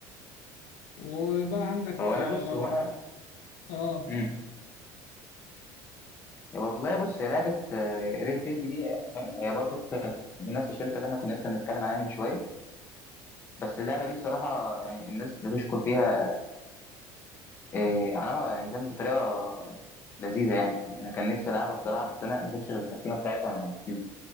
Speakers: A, on the left; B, on the left.
A: ويبقى عندك
B: هو انا
A: آه،
B: بص
A: لو
B: هو انا
A: اه
B: مم. والله بص هي لعبه ريد ديد دي يعني فاهم هي برضه كانت من نفس الشركه اللي احنا كنا لسه بنتكلم عليها من شويه بس اللعبه دي بصراحه يعني الناس بتشكر فيها إيه على ما- يعني كانت بطريقه لذيذه يعني. يعني انا كان نفسي العبها بصراحه بس انا ما شفتش غير التختيمه بتاعتها من على اليوتيوب